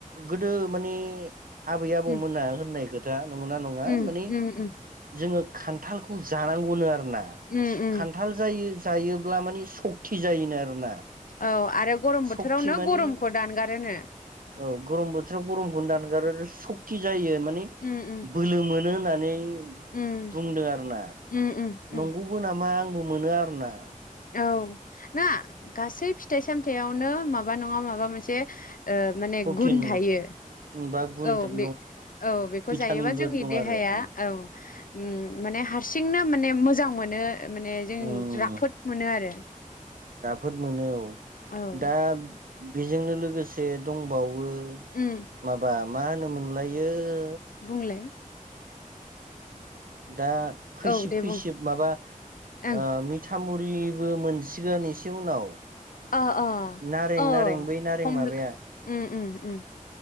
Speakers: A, on the right (about 80°); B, on the left (about 75°).
A: गोदो माने आबै आबौमोना
B: उम
A: होननाय खोथ जा नंगोना बा
B: उम
A: माने
B: उम उम
A: जोङो खान्थालखौ जानांगौनो आरो। ना
B: उम उम
A: खान्थाल जायो जायोब्ला मानि सक्ति जायोनो आरोना।
B: औ। आरो गरम बोथोरावनो
A: सक्ति माने
B: गरमखौ दानगारोनो।
A: औ गरम बोथोराव गरमखौ दानगारो सक्ति जायो नि
B: उम उम
A: बोलो मोनो नानै
B: उम
A: बुंदों आरोना
B: उम उम उम
A: नंगौबो नामा आं बो मोनो आरो ना।
B: औ ना। गासै फिथाइ सामथाइयावनो माबा नङा माबा मोनसे ओ माने
A: प्रटिन
B: गुन थायो ।
A: बा गुन
B: औ
A: दङ
B: बे औ बेखौ
A: भिटामिनफोर
B: जायोबा जोंनि
A: दं
B: देहाया
A: आरो उम
B: औ। ओम माने हारसिंनो माने मोजां मोनो। माने जों
A: उम
B: राफोद मोनो आरो।
A: राफोद मोनो औ ।
B: औ
A: दा बेजोंनो लोगोसे दंबावो वो
B: उम
A: माबा मा होनो मानलायो ओ
B: बुंलाय
A: दा खैसिब
B: औ दे
A: खैसिब
B: बुं
A: माबा
B: ओं
A: ओ मिथामुर फ्रिबो मोनसिगोन एसे उनाव
B: अ अ
A: नारें
B: अ
A: नारें बै नारें
B: हम
A: माबाया
B: उम उम उम